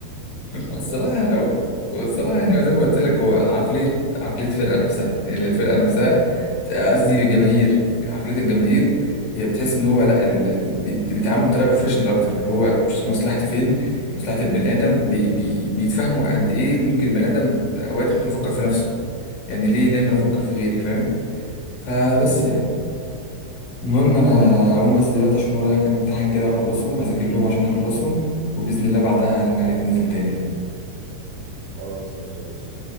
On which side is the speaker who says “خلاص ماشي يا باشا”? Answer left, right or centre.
Right